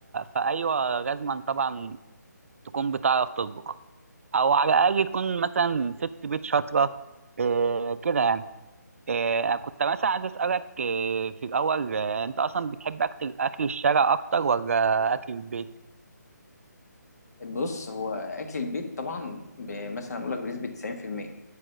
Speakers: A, on the right; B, on the left.
A: فايوه لازما طبعا تكون بتعرف تطبخ او على الاقل تكون مثلا ست بيت شاطره آه، كده يعني آه، كنت مثلا عايز أسألك آه، في الأول آه، أنت أصلا بتحب أكل أكل الشارع أكتر ولا أكل البيت؟
B: بص هو اكل البيت طبعا ب- مثلا اقول لك بنسبه 90%